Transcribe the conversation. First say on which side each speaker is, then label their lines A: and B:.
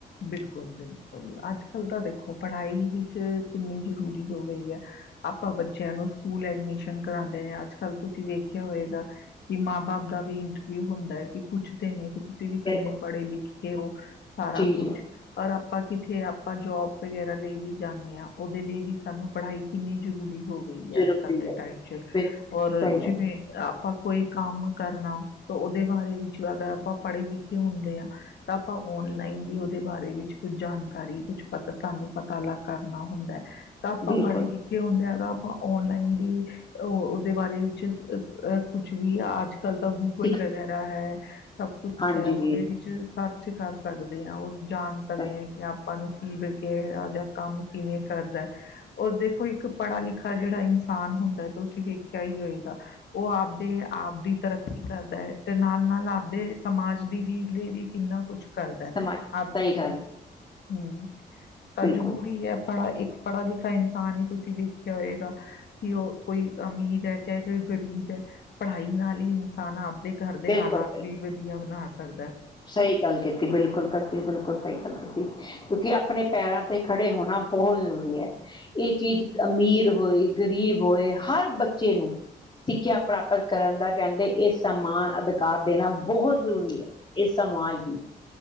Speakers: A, on the left (about 65°); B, on the left (about 30°).
A: ਬਿਲਕੁਲ- ਬਿਲਕੁਲ, ਅੱਜ ਕੱਲ੍ਹ ਤਾਂ ਦੇਖੋ ਪੜ੍ਹਾਈ ਵਿੱਚ ਕਿੰਨੀ ਜ਼ਰੂਰੀ ਹੋ ਗਈ ਹੈ। ਆਪਾਂ ਬੱਚਿਆਂ ਨੂੰ ਸਕੂਲ ਐਡਮਸ਼ਨ ਕਰਾਂਦੇ ਨੇ ਅੱਜ ਕੱਲ ਤੁਸੀਂ ਵੇਖਿਆ ਹੋਏਗਾ। ਕਿ ਮਾਂ ਬਾਪ ਦਾ ਵੀ ਇੰਟਰ ਵੀ ਹੁੰਦਾ ਹੈ। ਕਿ ਪੁੱਛਦੇ ਨੇ ਕਿ ਤੁਸੀਂ ਵੀ ਕਿੰਨੇ
B: ਬਿਲਕੁਲ
A: ਪੜ੍ਹੇ ਲਿਖੇ ਹੋ। ਸਾਰਾ
B: ਜੀ
A: ਕੁਛ
B: ਜੀ
A: ਔਰ ਆਪਾਂ ਕਿਥੇ ਆਪਾਂ ਜੋਬ ਵਗੈਰਾ ਲਈ ਵੀ ਜਾਂਦੇ ਹਾਂ। ਉਹਦੇ ਲਈ ਵੀ ਸਾਨੂੰ ਪੜ੍ਹਾਈ ਕਿੰਨੀ ਜ਼ਰੂਰੀ ਹੋਓ। ਗਈ ਆ
B: ਜ਼ਰੂਰੀ
A: ਅੱਜ ਕੱਲ੍ਹ ਦੇ
B: ਹੈ
A: ਟਾਈਮ ਚ
B: ਬਿਲਕੁਲ
A: ਔਰ
B: ਸਹੀ ਗੱਲ
A: ਜਿਵੇਂ ਆਪਾਂ ਕੋਈ ਕੰਮ ਕਰਨਾ ਉਹਦੇ ਬਾਰੇ ਵਿੱਚ ਅਗਰ ਆਪਾਂ ਪੜ੍ਹੇ ਲਿਖੇ ਹੁੰਦੇ ਹਾਂ ਤਾਂ ਆਪਾਂ ਔਨਲਾਈਨ ਵੀ ਉਹਦੇ ਬਾਰੇ ਵਿੱਚ ਕੁਛ ਜਾਣਕਾਰੀ ਕੁੱਛ ਪਤਾ ਸਾਨੂੰ ਪਤਾ ਲੱਗ ਕਰਨਾ ਹੁੰਦਾ ਹੈ ਤਾਂ ਆਪਾਂ
B: ਬਿਲਕੁਲ
A: ਪੜ੍ਹੇ ਲਿਖੇ ਹੁੰਦੇ ਆ ਤਾਂ ਆਪਾਂ ਔਨਲਾਈਨ ਵੀ ਉਹ ਉਹਦੇ ਬਾਰੇ ਵਿੱਚ ਅ ਕੁੱਛ ਵੀ ਆ ਅੱਜ ਕੱਲ ਤਾਂ ਗ ਗੂਗਲ
B: ਸਿੱਖ
A: ਵਗੈਰਾ ਹੈ ਸਭ ਕੁਛ
B: ਹਾਂਜੀ
A: ਹੈ ਉਹਦੇ ਵਿੱਚ ਸਰਚ ਕਰ ਸਕਦੇ ਹ ਉਹ ਜਾਣ ਸਕਦੇ
B: ਸਹੀ
A: ਹ ਕਿ ਆਪਾਂ ਨੂੰ ਕੀ ਜਾਂ ਕੰਮ ਕਿਵੇਂ ਕਰਦਾ ਹੈ ਰ ਦੇਖੋ ਇੱਕ ਪੜ੍ਹਾ ਲਿਖਾ ਜਿਹੜਾ ਇਨਸਾਨ ਹੁੰਦਾ ਤੇ ਤੁਂ ਵੇਖਿਆ ਹੀ ਹੋਏਗਾ ਉਹ ਆਪਦੇ ਆਪ ਦੀ ਤਰੱਕ ਕੀ ਕਰਦਾ ਹੈ ਤੇ ਨਾਲ ਨਾਲ ਆਪਦੇ ਸਮਾਜ ਦੀ ਵੀ ਲਈ ਵੀ ਕਿੰਨਾ ਕੁਛ ਕਰਦਾ
B: ਸਮਾਜ
A: ਆਪ
B: ਸਹੀ ਗੱਲ
A: ਮ ਗ ਹਮ ਤਾਂ
B: ਬਿਲਕੁਲ
A: ਜ਼ਰੂਰੀ ਹੈ ਪੜ੍ਹਾ ਇੱਕ ਪੜ੍ਹਾ ਲਿਖਾ ਇਨਸਾਨ ਹੀ ਤੁਸੀਂ ਵੇਖਿਆ ਹੋਏਗਾ ਕਿ ਉਹ ਕੋਈ ਅਮੀਰ ਹੈ ਚਾਹੇ ਕੋਈ ਗਰੀਬ ਹੈ ਪੜ੍ਹਾਈ ਨਾਲ ਹੀ ਇਨਸਾਨ ਆਪਦੇ ਘਰ ਦੇ
B: ਬਿਲਕੁਲ
A: ਹਾਲਾਤ
B: ਬਿਲਕੁਲ
A: ਵੀ ਵਧੀਆ ਬਣਾ ਸਕਦਾ ਹੈ
B: ਸਹੀ ਗੱਲ ਕੀਤੀ ਬਿਲਕੁਲ ਤਾਂਸੀਹੀ ਬਿਲਕੁਲ ਸਹੀ ਗੱਲ ਕੀਤੀ ਕਿਉਂਕਿ ਆਪਣੇ ਪੈਰਾਂ ਤੇ ਖੜੇ ਹੋਣਾ ਬਹੁਤ ਜ਼ਰੂਰੀ ਹੈ ਇਹ ਚੀਜ਼ ਅਮੀਰ ਹੋਏ ਗਰੀਬ ਹੋਏ ਹਰ ਬੱਚੇ ਨੂੰ ਸਿੱਖਿਆ ਪ੍ਰਾਪਤ ਕਰਨ ਦਾ ਕਹਿੰਦੇ ਇਹ ਸਮਾਨ ਅਧਿਕਾਰ ਦੇਣਾ ਬਹੁਤ ਜ਼ਰੂਰੀ ਹੈ। ਇਸ ਸਮਾਜ ਨੂੰ